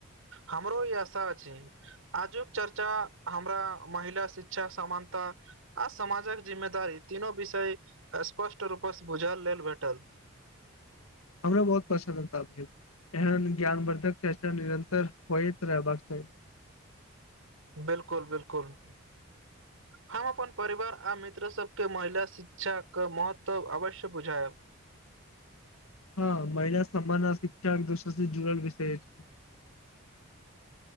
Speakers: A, on the right; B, on the left.
A: हमरो ई आशा अछी आजुक चर्चा हमरा महिला शिक्षा समानता आ समाजक जिम्मेदारी तीनो विषय स्पष्ट रूप से बुझल लेल भेटल अछि
B: हमरो बहुत प्रसन्नता भेल एहन ज्ञानवर्द्धक चर्चा निरंतर होत रहबाका चाहि
A: बिलकुल बिलकुल हम अपन परिवार आ मित्र सबके महिला शिक्षाके महत्व अवश्य बुझाब
B: हँ महिला समान शिक्षा दोष जुड़ल विषय छै